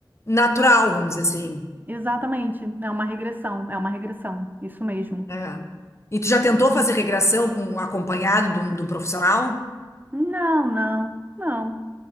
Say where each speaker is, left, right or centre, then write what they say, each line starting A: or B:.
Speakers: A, on the left; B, on the right.
A: natural, vamos dizer assim.
B: exatamente. É uma regressão, é uma regressão, isso mesmo.
A: É. E tu já tentou fazer regressão com um acompanhado de um, de um profissional?
B: Não, não, não,